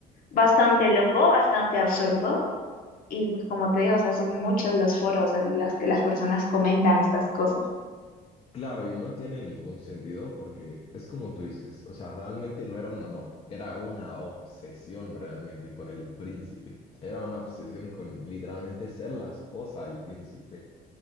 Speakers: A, on the left; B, on the left.
A: bastante loco, bastante absurdo, y pues como te digo, o sea, son muchos los foros en los que las personas comentan estas cosas.
B: Claro, y no tiene ningún sentido porque es como tú dices, o sea, realmente no era un amor, era una obsesión realmente con el príncipe, era una obsesión con literalmente ser la esposa del príncipe.